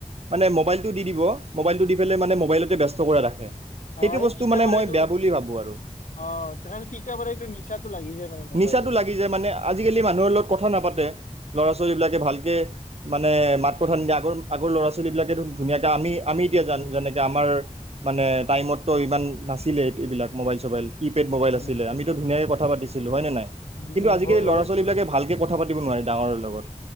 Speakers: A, on the right; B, on the left.
A: মানে, মোবাইলটো দি দিব। মোবাইলটো দি পেলাই, মানে, মোবাইলতেই ব্যস্ত কৰাই ৰাখে। সেইটো
B: অ', এই
A: বস্তু
B: তেতিয়াৰ
A: মানে
B: পৰাই
A: মই
B: এইটো।
A: বেয়া
B: অ',
A: বুলি ভাবোঁ আৰু
B: তথাপিও তেতিয়াৰ পৰাই এইটো নিচাটো লাগি যায়, মানে, মোবাইলত
A: নিচাটো লাগি যায় মানে আজিকালি মানুহৰ লগত কথা নাপাতে। ল'ৰা-ছোৱালীবিলাকে ভালকে, মানে, মাত-কথা নিদিয়ে। আগৰ-আগৰ ল'ৰা-ছোৱালীবিলাকেতো ধুনীয়াকে। আমি, আমি এতিয়া যেনেকে, আমাৰ মানে টাইমততো ইমান নাছিলে, এইবিলাক মোবাইল-চবাইল। কি-পেড মোবাইল
B: উম,
A: আছিলে। আমিটো ধুনীয়াকে কথা থা পাতিছিলো হয় নে নাই।
B: উম। হয়,
A: সেই ল'ৰা-ছোৱালী
B: হয়,
A: বিলাকে ভালকে কথা পাতিব নোৱাৰে, ডাঙৰৰ লগত।